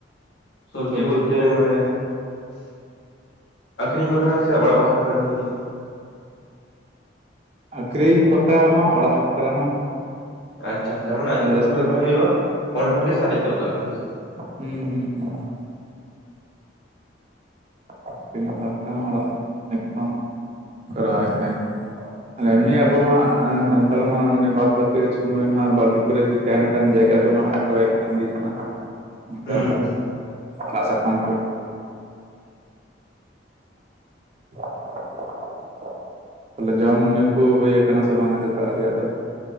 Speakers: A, on the left; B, on the right.
A: ᱥᱚᱵᱡᱤ
B: ᱥᱚᱵᱽᱡᱤ
A: ᱵᱚᱞᱛᱮ
B: ᱠᱚ
A: ᱢᱟᱱᱮ ᱟᱠᱷᱨᱤᱧ ᱵᱟᱠᱷᱨᱟ ᱥᱮ ᱚᱲᱟᱜ ᱵᱟᱠᱷᱨᱟ ᱯᱮ ᱨᱚᱦᱚᱭ ᱜᱮᱭᱟ?
B: ᱟᱹᱠᱷᱨᱤᱧ ᱵᱟᱠᱷᱨᱟ ᱦᱚᱸ ᱚᱲᱟᱜ ᱵᱟᱠᱷᱨᱟ ᱦᱚᱸ
A: ᱟᱪᱪᱷᱟ ᱟᱪᱪᱷᱟ ᱢᱟᱱᱮ ᱟ.
B: ᱟᱨ
A: ᱠᱷᱨᱤᱧ
B: ᱡᱟᱹᱥᱛᱤ
A: ᱵᱟᱠᱷᱨᱟ ᱨᱮ ᱨᱚᱦᱚᱭ
B: ᱠᱟ
A: ᱦᱩᱭᱩᱜᱼᱟ ᱚᱸᱰᱮ ᱠᱷᱚᱱᱜ ᱜᱮ ᱥᱟᱨᱮᱡ ᱜᱚᱫ ᱠᱟᱜᱼᱟ ᱯᱮ ᱥᱮᱪᱮᱫ
B: ᱦᱩᱸ ᱦᱩᱸ ᱦᱩᱸ ᱦᱩᱸ ᱟᱹᱠᱷᱨᱤᱧ ᱵᱟᱠᱷᱨᱟ ᱦᱚᱸ ᱚᱲᱟᱜ ᱦᱚᱸ ᱠᱚᱨᱟᱣ ᱦᱩᱭᱩᱜᱼᱟ ᱮᱢᱱᱤ ᱟᱵᱚ ᱢᱟ ᱥᱟᱱᱛᱟᱲ ᱢᱟ ᱢᱟᱱᱮ ᱵᱟᱫ ᱵᱟᱠᱤ ᱥᱚᱢᱚᱭ ᱢᱟ ᱵᱟᱲᱜᱮ ᱠᱚᱨᱮ ᱛᱟᱦᱮᱱ ᱠᱟᱱ ᱡᱟᱭᱜᱟ ᱠᱚᱢᱟ ᱨᱚᱦᱚᱭᱮᱫ ᱠᱟᱱ ᱜᱮ ᱡᱟᱦᱱᱟᱜ ᱚᱱᱠᱟ
A: ᱦᱩᱸ ᱦᱩᱸ
B: ᱟᱲᱟᱜ ᱥᱟᱠᱟᱢ ᱠᱚ <inaudible> ᱛᱟᱞᱦᱮ ᱡᱚᱢ ᱧᱩ ᱠᱚ ᱦᱩᱭᱟᱠᱟᱱᱟ ᱥᱮ ᱵᱟᱝᱟ ᱥᱮᱛᱟᱜ ᱨᱮᱭᱟᱜ ᱫᱚ